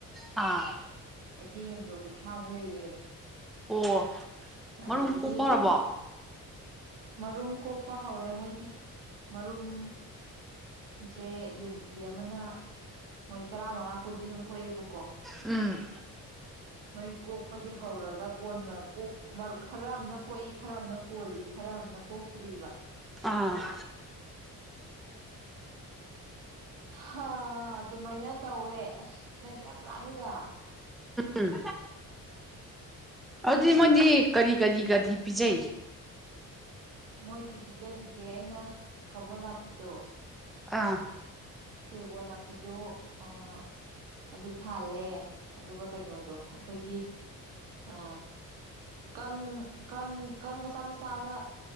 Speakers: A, in the centre; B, on the right.
A: ꯑꯥ
B: ꯃꯩꯇꯩ ꯌꯦꯟꯗꯣ ꯀꯨꯟꯊ꯭ꯔꯥꯃꯨꯛ ꯂꯩꯌꯦ꯫
A: ꯑꯣ
B: ꯑꯗꯒꯤꯗꯤ
A: ꯃꯔꯨꯝ ꯀꯣꯛꯄ ꯍꯧꯔꯕꯣ
B: ꯃꯔꯨꯝ ꯀꯣꯛꯄ ꯍꯧꯔꯦ ꯃꯣꯏꯗꯤ ꯃꯔꯨꯝ ꯁꯦ ꯌꯦꯟꯕꯤ ꯑꯃꯅ ꯃꯣꯏ ꯇꯔꯥ ꯃꯉꯥ ꯀꯨꯟꯗꯤ ꯑꯗꯨꯝ ꯀꯣꯛꯑꯦꯕꯀꯣ
A: ꯎꯝ
B: ꯃꯣꯏ ꯀꯣꯛꯄꯗꯤ ꯍꯧꯔꯒ ꯀꯣꯟꯅ ꯀꯣꯛ ꯃꯔ ꯈꯔ ꯑꯃꯅ ꯀꯣꯛꯏ ꯈꯔ ꯑꯃꯅ ꯀꯣꯜꯂꯤ ꯈꯔ ꯑꯃꯅ ꯀꯣꯛꯇ꯭ꯔꯤꯕ
A: ꯑꯥ <unintelligible>
B: ꯍꯥ ꯑꯗꯨꯃꯥꯏꯅ ꯇꯧꯋꯦ ꯑꯁ ꯅꯪ ꯌꯥꯝ ꯂꯥꯡꯉꯤꯗ
A: ꯎꯝ ꯑꯗꯨꯗꯤ ꯃꯣꯏꯗꯤ ꯀꯔꯤ ꯀꯔꯤꯒꯗꯤ ꯄꯤꯖꯩ
B: ꯃꯣꯏꯒꯤ ꯄꯤꯖꯔꯤꯖꯦ ꯑꯩꯅ ꯀꯕꯣ ꯅꯥꯄꯤꯗꯣ
A: ꯑꯥ
B: ꯇꯦꯕꯣ ꯅꯥꯄꯤꯗꯣ ꯑ ꯑꯗꯨ ꯐꯥꯜꯂꯦ ꯑꯗꯨꯒ ꯀꯩꯅꯣꯗꯣ ꯑꯩꯈꯣꯏꯒꯤ ꯑ ꯀꯪ ꯀꯪ ꯀꯪ ꯃꯆꯥ ꯃꯆꯥ ꯑꯃ